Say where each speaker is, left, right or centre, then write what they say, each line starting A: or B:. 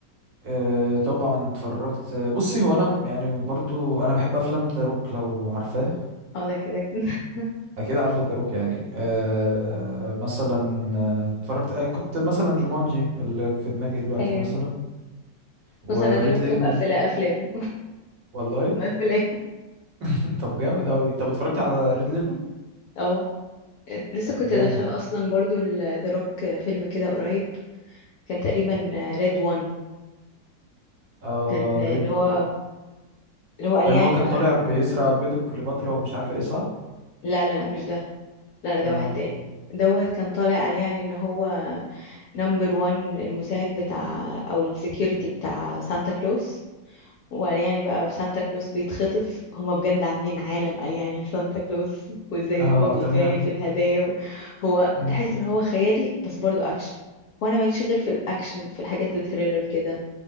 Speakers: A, on the right (about 90°); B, on the left (about 70°).
A: آه، طبعا اتفرجت بصي هو انا يعني برضو انا بحب افلام ذا روك لو عارفاه
B: اه ده كده <laughs>
A: اكيد عارفه ذا روك يعني أه مثلا آه، اتفرجت أه كنت مثلا جومانجي اللي في دماغي دلوقتي
B: ايوه
A: مثلا وريد
B: بص انا ذا روك
A: ليبل
B: مقفله افلامه
A: والله
B: <laughs> مقفلاه
A: <laughs> طب جامد قوي طب اتفرجت على ريد ليبل
B: اه لسه
A: ده
B: كنت
A: جامد
B: داخله اصلا برضو ذا روك فيلم كده قريب كان تقريبا ريد وان
A: اه
B: كان اللي
A: ريد
B: هو اللي هو قال
A: ده
B: يعني
A: اللي هو كان
B: بقى
A: طالع بيسرق بيض كليوباترا ومش عارفه ايه صح
B: لا لا لا مش ده لا لا ده
A: امال
B: واحد تاني دوت كان طالع قال يعني ان هو نمبر 1 المساعد بتاع او السكيورتي بتاع سانتا كلوس وقال يعني بقى سانتا كلوس بيتخطف هما بجد عاملين عالم قال يعني سانتا كلوس وازاي
A: اه
B: هو بيجهز
A: تمام
B: الهدايا و- هو
A: مم.
B: تحس ان هو خيالي بس برضو اكشن وانا ماليش غير في الاكشن في الحاجات الثريلر كده